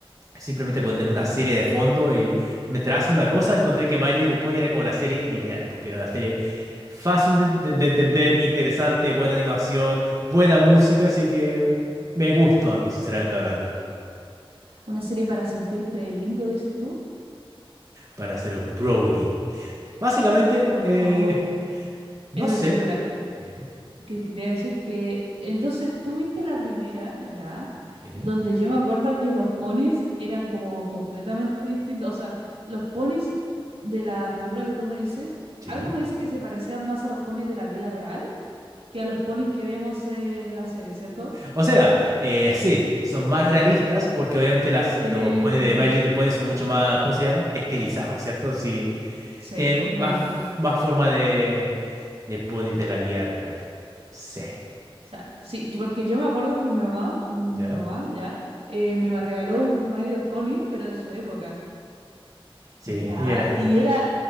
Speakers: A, on the right; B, on the right.
A: simplemente poner una serie de fondo y mientras hace una cosa, encontré que My Little Pony era como la serie ideal, porque era una serie fácil de, de- de entender, interesante, buena animación, buena música, así que me gustó a mí, sinceramente hablando,
B: ¿Una serie para sentirte lindo, dices tú?
A: para hacer un brownie. Básicamente,
B: ¿O no?
A: eh, no
B: Eh, ve,
A: sé.
B: pero espera,
A: Dime.
B: que quería decir que entonces tú viste la primera, ya,
A: Sí,
B: donde yo me acuerdo que los ponis eran como completamente distintos. O sea, los ponis de la película que tú me dices,
A: sí.
B: algo me dice que se parecían más a los ponis de la vida real que a los ponis que vemos en la serie, ¿cierto?
A: O sea, eh, sí, son más realistas porque obviamente las,
B: Sí,
A: los ponis de My Little Pony son mucho más, ¿cómo se llama? Estilizados, ¿cierto? Sí,
B: sí,
A: tienen
B: completamente.
A: más, f- más forma de, de ponis de la vida real. Sí,
B: O sea, sí, yo- porque yo me acuerdo que mi mamá, mi
A: ¿ya?
B: mamá ya, eh, me regaló un My Little Pony, pero de su época,
A: Sí,
B: ya,
A: y era,
B: y era